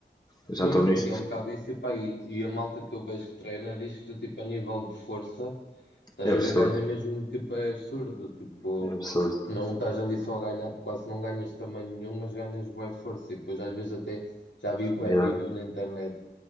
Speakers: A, on the left (about 20°); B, on the left (about 75°).
A: Eu já
B: Pois,
A: estou nisto.
B: porque é um bocado isso, e, pá, e, e a malta que eu vejo que treina diz que, do tipo, a nível de força, estás
A: É absurdo.
B: a ver, ganha mesmo, tipo, é absurdo, tipo,
A: É absurdo.
B: não estás ali só a ganhar, quase não ganhas tamanho nenhum, mas ganhas boa força, e depois às vezes até, já vi bué
A: Yeah.
B: vídeos na internet